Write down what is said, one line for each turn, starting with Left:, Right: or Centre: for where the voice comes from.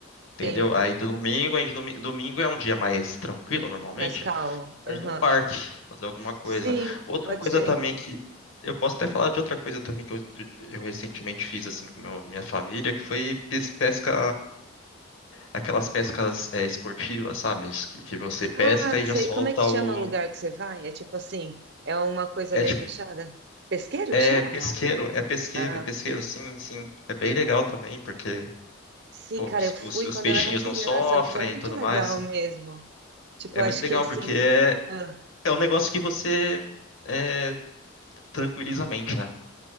Left: Entendeu?
Right: Sim.
Left: Aí do domingo, aí domi- domingo é um dia mais tranquilo normalmente.
Right: Mas calma.
Left: A gente pode
Right: Aham.
Left: ir num parque, fazer alguma coisa.
Right: Sim,
Left: Outra
Right: pode
Left: coisa
Right: ser.
Left: também que. Eu posso até falar de outra coisa também que eu, eu recentemente fiz assim com meu- minha família, que foi pes- pesca, aquelas pescas é, esportivas, sabe? Que, que você
Right: Ah,
Left: pesca e
Right: sei.
Left: já solta
Right: Como é que
Left: o.
Right: chama o lugar que você vai? É tipo assim, é uma coisa
Left: É
Right: meio
Left: tipo,
Right: fechada? Pesqueiro
Left: é
Right: que chama,
Left: pesqueiro,
Right: não?
Left: é pesqueiro,
Right: Ah,
Left: é pesqueiro, sim, sim. É bem legal também, porque
Right: sim,
Left: pô,
Right: cara,
Left: os,
Right: eu fui
Left: os os
Right: quando
Left: peixinhos
Right: eu era criança,
Left: não sofrem
Right: mas é muito
Left: e tudo
Right: legal
Left: mais.
Right: mesmo. Tipo,
Left: É
Right: acho
Left: muito legal,
Right: que assim.
Left: porque é
Right: Ah,
Left: É um negócio que você é, tranquiliza a mente, né?